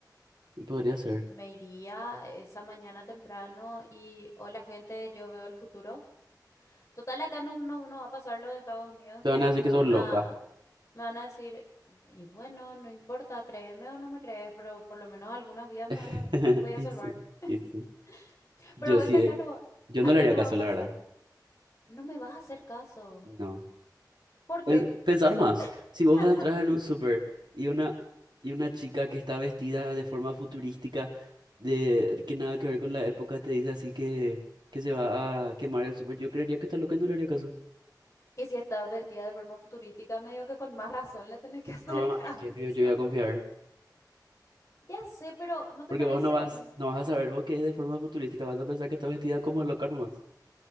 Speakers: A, on the right (about 90°); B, on the left (about 40°).
A: Y podría ser.
B: Me iría esa mañana temprano y, hola gente, yo veo el futuro. Total, acá no, no, no va a pasar lo de Estados Unidos
A: Te
B: que,
A: van a decir
B: que me
A: que sos
B: van
A: loca.
B: a Me van a decir, y bueno, no importa, créeme o no me crees, pero por lo menos algunas vidas me
A: <laughs>
B: van a, voy a
A: Y
B: salvar.
A: sí,
B: <laughs>
A: y sí. Yo
B: Pero ves
A: sí,
B: que acá
A: eh,
B: no va,
A: yo
B: acá
A: no le haría
B: no
A: caso,
B: va a pasar.
A: la verdad.
B: No me vas a hacer caso.
A: No.
B: ¿Por
A: Pen-
B: qué?
A: Pensar más.
B: <laughs>
A: Si vos entras en un súper y una, y una chica que está vestida de forma futurística de que nada que ver con la época te dice así que, que se va a quemar el súper, yo creería que está loca y no le haría caso.
B: Y si estás vestida de forma futurística, medio que con más razón le tenés que hacer
A: No,
B: <laughs> caso.
A: es que pido, yo voy a confiar.
B: Ya sé, pero ¿no te
A: Porque
B: parece?
A: vos no vas, no vas a saber vos que es de forma futurística, vas a pensar que está vestida como loca nomás.